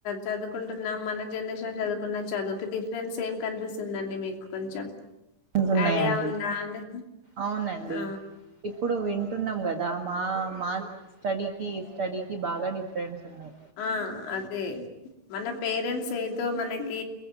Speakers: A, on the left (about 70°); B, on the right (about 75°).
A: చదువుకుంటున్నాం మన జనరేషన్ చదువుకున్న చదువు కి డిఫరెన్స్ ఏం కనిపిస్ స్తుందండి మీకు కొంచెం
B: ఉన్నాయిడి
A: ఐడియా ఉందా అండి
B: అవునండి
A: ఆ
B: ఇప్పుడు వింట అంటున్నాం కదా మా మా స్టడికి స్టడీ కి బాగా డిఫరెన్స్ ఉన్నాయి
A: ఆ అదే మన పేరెంట్స్ ఏది తో మనకి